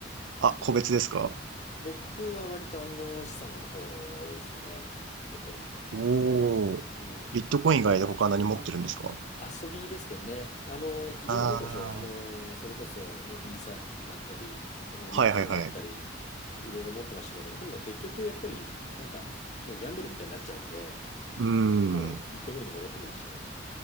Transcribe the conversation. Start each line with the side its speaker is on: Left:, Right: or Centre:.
Right: あ、個別ですか
Left: 僕は割と暗号資産の方が多いですかね。ビットコインとか。
Right: おー。
Left: うん。
Right: ビットコイン以外で他何持ってるんですか
Left: ま遊びですけどね。あの、いろいろ持ってましたよ。
Right: あ
Left: あの、
Right: あー。
Left: それこそね、イーサだったり、あの、リップルだったり、
Right: はいはいはい。
Left: いろいろ持ってましたけど、でもまあ結局やっぱり、なんか、もうギャンブルみたいになっちゃうんで、
Right: うー
Left: もうビットコインに戻ってきましたね。
Right: ん。